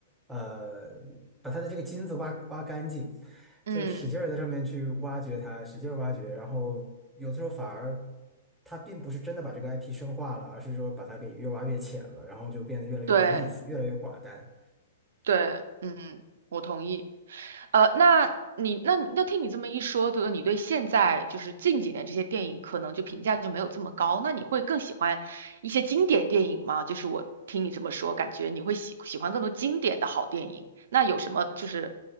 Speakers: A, in the centre; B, on the right.
A: 呃，把它的这个金子挖挖干净，
B: 嗯，
A: 就使劲儿在上面去挖掘它，使劲儿挖掘，然后有的时候反而。它并不是真的把这个 IP 深化了，而是说把它给越挖越浅了，然后就变得越来越没意思，
B: 对。
A: 越来越寡淡。
B: 对，嗯，我同意。呃，那你那你那听你这么一说，就是你对现在就是近几年这些电影可能就评价就没有这么高，那你会更喜欢一些经典电影吗？就是我听你这么说，感觉你会喜喜欢更多经典的好电影。那有什么就是